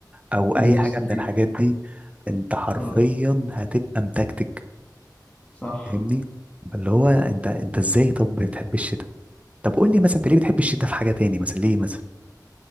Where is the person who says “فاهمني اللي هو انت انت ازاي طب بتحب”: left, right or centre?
Right